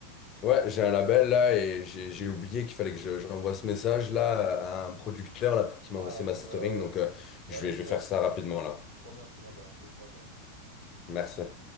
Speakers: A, on the left (about 30°); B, on the right (about 85°).
A: Ouais, j'ai un label là et j'ai j'ai oublié qu'il fallait que je- j'envoie ce message là à un producteur là pour qu'il
B: Ah,
A: m'envoie ses
B: ok,
A: mastering.
B: ouais, ouais.
A: Donc
B: ouais.
A: euh,
B: Bah
A: je
B: vas-y,
A: vais, je vais faire
B: hein.
A: ça rapidement là.
B: Trop bien, trop bien. Bah bon courage alors.
A: Merci.